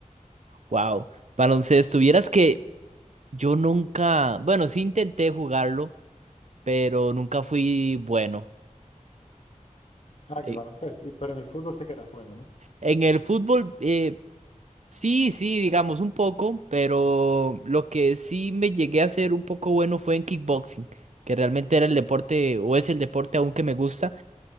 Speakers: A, on the right; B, on the left.
A: Wow. Baloncesto, vieras que yo nunca, bueno, sí intenté jugarlo, pero nunca fui bueno.
B: Ah, en
A: Eh,
B: el baloncesto, y, pero en el fútbol sí que eras bueno, ¿no?
A: en el fútbol, eh, sí, sí, digamos un poco, pero lo que sí me llegué a ser un poco bueno fue en kickboxing, que realmente era el deporte, o es el deporte aún que me gusta.